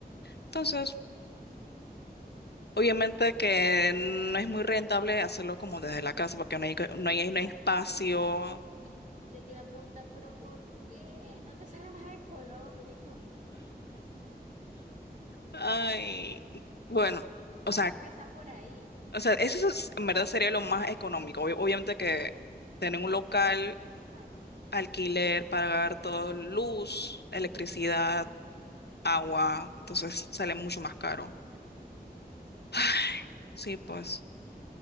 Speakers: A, on the left; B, on the right.
A: Entonces, obviamente que no es muy rentable hacerlo como desde la casa porque no hay, no hay, no hay espacio.
B: Yo, yo te iba a preguntar, pero ¿por qué no te <laughs> sale más económico?
A: Ay, bueno, o
B: ¿Cómo
A: sea,
B: empezar por ahí?
A: o sea, eso es- en verdad sería lo más económico. Ob- obviamente que tener un local,
B: Exacto.
A: alquiler, pagar todo, luz, electricidad, agua, entonces sale mucho más caro. Ay, sí, pues.